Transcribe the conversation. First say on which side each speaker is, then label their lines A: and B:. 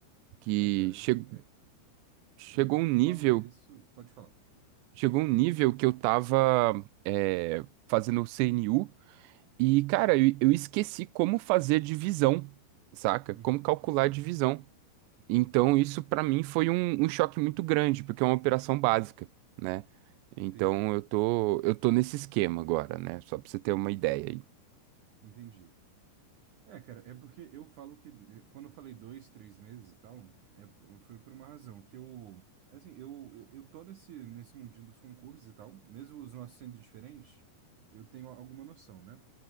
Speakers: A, on the right; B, on the right.
A: Que
B: É, cara,
A: che-
B: é,
A: chegou
B: é porque
A: um nível,
B: eu falo isso, pode falar.
A: chegou um nível que eu tava, é, fazendo o CNU. E, cara, eu, eu esqueci como fazer divisão, saca?
B: Uhum,
A: Como calcular
B: sim,
A: a divisão. Então, isso pra mim foi um, um choque muito grande, porque é uma operação básica, né? Então,
B: entendi.
A: eu tô, eu tô nesse esquema agora, né? Só pra você ter uma ideia aí.
B: Entendi. É, cara, é porque eu falo que quando eu falei dois, três meses e tal, é- foi por uma razão, que eu, assim, eu, eu eu tô nesse, nesse mundinho dos concursos e tal, mesmo os nossos sendo diferentes, eu tenho alguma noção, né?